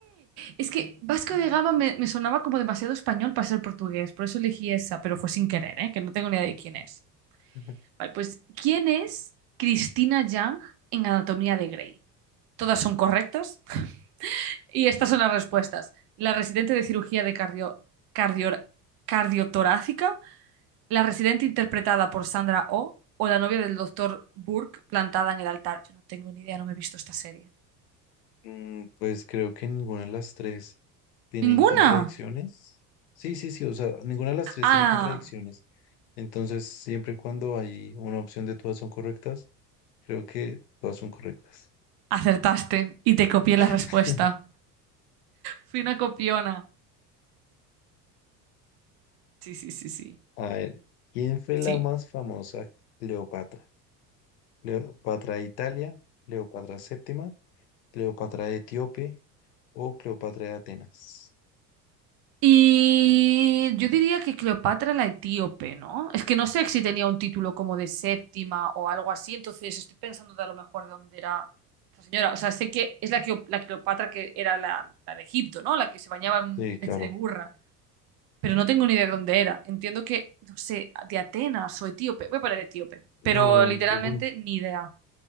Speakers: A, on the right (about 45°); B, on the left (about 70°).
A: Es que Vasco de Gama me, me sonaba como demasiado español para ser portugués, por eso elegí esa, pero fue sin querer, ¿eh? Que no tengo ni idea de quién es.
B: <laughs>
A: Vale, pues ¿quién es Cristina Yang en Anatomía de Grey? Todas son correctas <laughs> y estas son las respuestas. La residente de cirugía de cardio, cardio- cardiotorácica La residente interpretada por Sandra Oh o la novia del doctor Burke plantada en el altar. Yo no tengo ni idea, no me he visto esta serie.
B: Mm, Pues creo que ninguna de las tres. tienen
A: ¡Ninguna!
B: contradicciones. Sí, sí, sí, o sea, ninguna de las tres
A: Ah,
B: tiene contradicciones. Entonces, siempre y cuando hay una opción de todas son correctas, creo que todas son correctas.
A: acertaste y te copié la respuesta.
B: <laughs>
A: Fui una copiona. Sí, sí, sí, sí.
B: A ver, ¿quién fue
A: Sí.
B: la más famosa Cleopatra? ¿Cleopatra de Italia, Cleopatra séptima, Cleopatra de Etíope o Cleopatra de Atenas?
A: Y yo diría que Cleopatra la etíope, ¿no? Es que no sé si tenía un título como de séptima o algo así, entonces estoy pensando de a lo mejor de dónde era esta señora. O sea, sé que es la, Cleo- la Cleopatra que era la, la de Egipto, ¿no? La que se bañaba en
B: Sí,
A: leche
B: claro.
A: de burra. pero no tengo ni idea de dónde era. Entiendo que, no sé, de Atenas o etíope. Voy a poner etíope, pero
B: No,
A: literalmente
B: yo, pon-
A: ni idea.